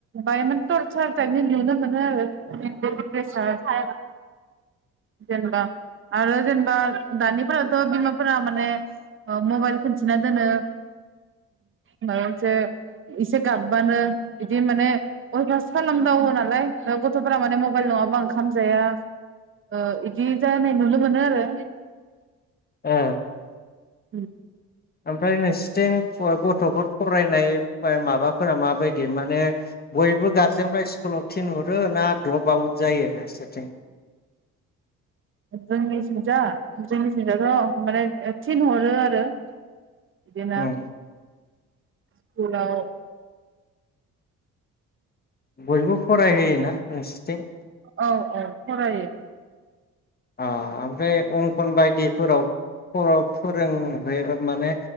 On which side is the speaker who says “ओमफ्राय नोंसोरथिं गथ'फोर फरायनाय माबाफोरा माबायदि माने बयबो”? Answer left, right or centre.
Left